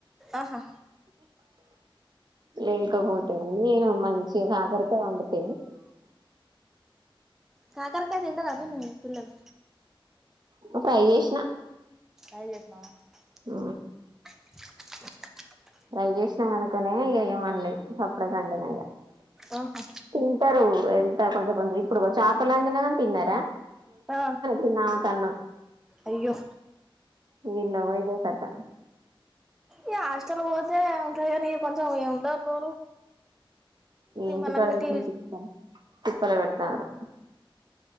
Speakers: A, in the centre; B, on the right.
A: ఆహా
B: లేకపోతే నేను మంచి కాకరికాయ్ వండితే
A: కాకర్కకాయ తింటాద <unintelligible> పిల్లలు
B: ఫ్రై చేసిన
A: <unintelligible>
B: ఆ
A: స
B: ఫ్రై చేసిన కనకనే ఏమనలే <unintelligible>
A: ఆహా
B: తింటారు ఎంత కొంచెం కొంచెం ఇప్పుడు చేప <unintelligible> కానీ తిన్నారా
A: ఆ
B: <unintelligible>
A: అయ్యో
B: <unintelligible> ఇదే కథ
A: ఈ హాస్టల్ పోతే ఉంటాయి కానీ కొంచెం <unintelligible> నిమల్లంగ
B: ఇంటికాడ
A: <unintelligible>
B: ఇట్నే తిప్పలు తిప్పలు పెడతారు